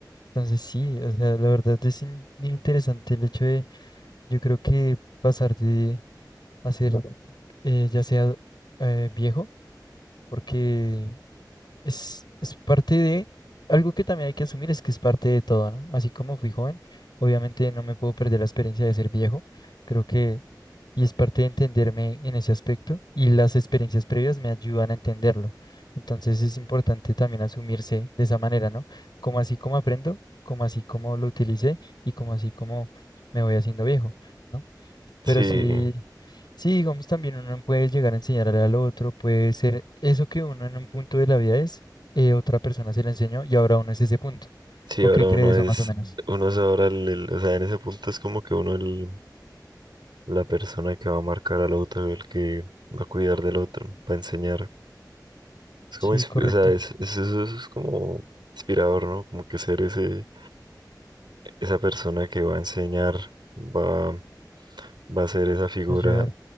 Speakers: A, on the left (about 70°); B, on the right (about 85°).
A: Entonces sí, o sea, la verdad es in- bien interesante el hecho de, yo creo que pasar de hacer eh, ya sea eh, viejo, porque es, es parte de algo que también hay que asumir, es que es parte de todo, ¿no? Así como fui joven, obviamente no me puedo perder la experiencia de ser viejo, creo que, y es parte de entenderme en ese aspecto, y las experiencias previas me ayudan a entenderlo. Entonces es importante también asumirse de esa manera, ¿no? Como así como aprendo, como así como lo utilicé y como así como me voy haciendo viejo, ¿no?
B: Sí,
A: Pero sí, sí, digamos, también uno puede llegar a enseñarle al otro, puede ser eso que uno en un punto de la vida es, eh, otra persona se lo enseñó y ahora uno es ese punto.
B: sí,
A: ¿O
B: ahora
A: qué cree
B: uno
A: eso
B: es,
A: más o menos?
B: uno es ahora el, el- o sea, en ese punto es como que uno el, la persona que va a marcar al otro, el que va a cuidar del otro, va a enseñar. Es como,
A: Sí,
B: ins-
A: correcto.
B: o sea, es, es- eso es como inspirador, ¿no? Como que ser ese, esa persona que va a enseñar, va, va a ser esa figura
A: Ayudar,